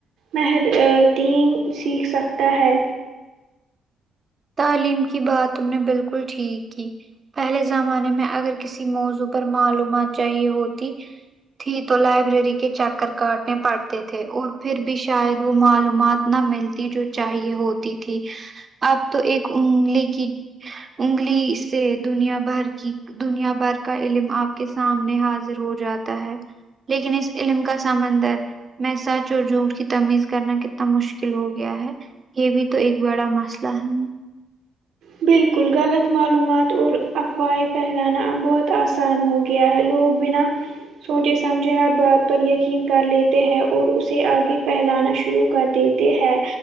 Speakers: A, on the right (about 70°); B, on the right (about 35°).
A: مهد دین سیکھ سکتا ہے
B: تعلیم کی بات تم نے بالکل ٹھیک کی پہلے زمانے میں اگر کسی موضوع پر معلومات چاہیے ہوتی تھی تو لائبریری کے چکر کاٹنے پڑتے تھے اور پھر بھی شاید وہ معلومات نہ ملتی جو چاہیے ہوتی تھی اب تو ایک انگلی کی انگلی سے دنیا بھر کی دنیا بھر کا علم آپ کے سامنے حاضر ہو جاتا ہے لیکن اس علم کا سمندر میں سچ اور جھوٹ کی تمیز کرنا کتنا مشکل ہو گیا ہے یہ بھی تو ایک بڑا مسلہ ہے نا
A: بالکل غلط معلومات اور افواہیں پھیلانا اب بہت آسان ہو کیا ہے لوگ بنا سوچے سمجھے ہر بات پر یقین کر لیتے ہیں اور اسے آگے پھیلانا شروع کر دیتے ہے